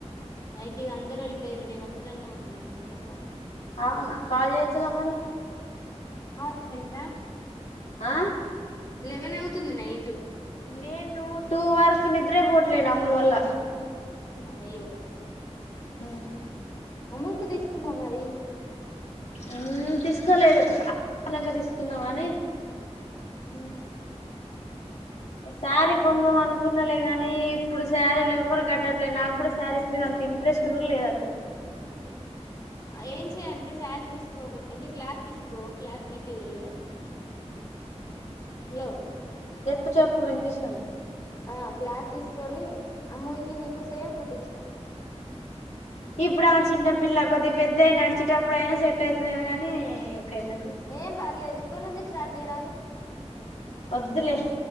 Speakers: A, on the left; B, on the left.
A: నైట్ ఇగ అందరు వెళ్ళిపోయారు నేను ఒక్కదాన్నే ఉన్నా మా ఇంట్లో
B: అవునా కాల్ చెయ్యొచ్చుగా మరి
A: ఎంత
B: ఆహ్ హా
A: లెవెన్ అవుతుంది నైట్
B: నేను టూ వరకు నిద్రే పోట్లేను అమ్ములు వల్ల
A: అయ్యో
B: ఉహ్
A: అమ్ములుకు తీసు కున్నా మరి
B: ఉహ్ తీసుకోలేదు అయిపోయినంగా తీసుకుందాం అని
A: ఉహ్
B: శారీ కొందాం అనుకున్నాలే కానీ ఇప్పుడు శారీలు ఎవ్వరు కట్టట్లే నాకు కూడా శారీస్ మీద అంత ఇంట్రెస్ట్ కూడా లేదు అసలు
A: ఏం చేయంటే శారీ తీసుకో ఒకటి అంటే క్లాత్ తీసుకో క్లాత్ మెటీరియల్ హలో
B: చెప్పు చెప్పు వినిపిస్తుంది
A: ఆ క్లాత్ తీసుకొని అమ్ములుకి నీకు సేమ్ కుట్టించుకో
B: ఇప్పుడు ఆమె చిన్నపిల్ల కొద్దిగా పెద్దాయి నడిచేటప్పుడు అయినా సెట్ అయితదె గానీ ఇప్పుడు ఎందు
A: ఏం పర్లేదు ఇప్పుడి నుంచి స్టార్ట్ చేయరాదు
B: వద్దులే